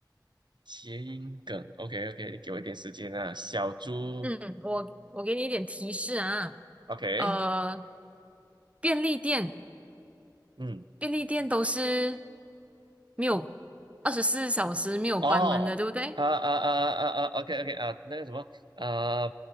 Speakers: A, on the right (about 75°); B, on the right (about 15°).
A: 谐音梗，OK，OK，给我一点时间啊。小猪
B: 嗯，我我给你一点提示啊，
A: ，OK。
B: 呃，便利店
A: 嗯，
B: 便利店都是没有二十四小时没有关门的，
A: 哦，
B: 对不对？
A: 啊啊啊啊啊，OK OK 啊，那个什么，啊，